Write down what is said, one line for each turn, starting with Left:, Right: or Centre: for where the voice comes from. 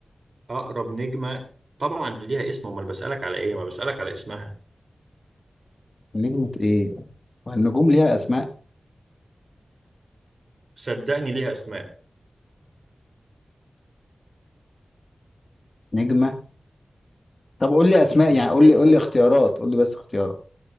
Right: أقرب نجمة طبعا ليها اسم أمال بسألك على إيه؟ ما بسألك على اسمها
Left: نجمة إيه والنجوم ليها أسماء
Right: صدقني ليها أسماء
Left: نجمة طب قول لي أسماء
Right: مش
Left: يعني قول
Right: في
Left: لي قول لي اختيارات قول لي بس اختيارات